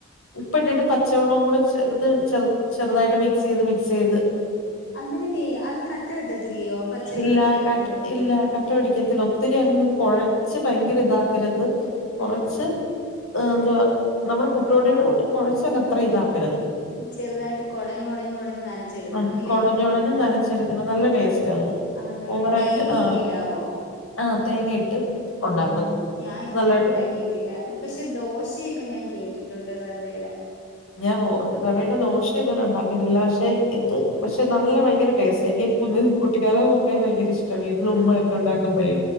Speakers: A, on the left; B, on the left.
A: ഉപ്പ് ഇട്ടിട്ട് പച്ചവെള്ളവും കൂടെ ചെറുത് ചെർ ചെറുതായിട്ട് മിക്സെയ്ത് മിക്സെയ്ത്
B: അന്നേരം വേ അത് കട്ട കെട്ടത്തില്ലയോ പച്ചവെള്ളത്തിൽ
A: ഇല്ല
B: എടുക്കുമ്പോ
A: കട്ട ഇല്ല കട്ട പിടിക്കത്തില്ല ഒത്തിരി അങ്ങ് കൊഴച്ച് ഭയങ്കര ഇതാക്കരുത് കൊറച്ച്
B: ഉം ഉം
A: ഏഹ് എന്തുവാ നമ്മള് പുട്ട് പൊടിയുടെ കൂട്ട് കൊഴച്ചങ്ങ് അത്ര ഇതാക്കരുത്
B: ചെറുതായിട്ട് കൊടഞ്ഞു കൊടഞ്ഞു കൊടഞ്ഞു നനച്ചെടുക്കണം
A: ആഹ്
B: അല്ലേ
A: കൊടഞ്ഞ് കൊടഞ്ഞ് നനച്ചെടുക്കണം നല്ല ടേസ്റ്റ്
B: ആന്നല്ലേ
A: ഓവറായിട്ട്
B: തേങ്ങയൊക്കെ
A: ആഹ്
B: ഇടാവോ
A: ആഹ തേങ്ങയിട്ട് ഉണ്ടാക്കും
B: ഉം ഉം ഞാൻ ഇതുവരെ
A: നല്ലായിട്ട്
B: ഒണ്ടാക്കിയിട്ടില്ല പക്ഷെ ദോശയൊക്കെ ഞാൻ കേട്ടിട്ട് ട്ടുണ്ട് റെവേടെ
A: ഞാൻ റോ റവയുടെ ദോശ ഇതുവരെ ഒണ്ടാക്കിയിട്ടില്ല പക്ഷെ ഇത് പക്ഷെ നല്ല ഭയങ്കര ടേസ്റ്റ് എനിക്ക് കുഞ്ഞ് കുട്ടിക്കാലം തൊട്ടേ ഭയങ്കര ഇഷ്ട്ടാ വീട്ടില് ഉമ്മയൊക്കെ
B: ആഹ്
A: ഉണ്ടാക്കുമ്പഴേ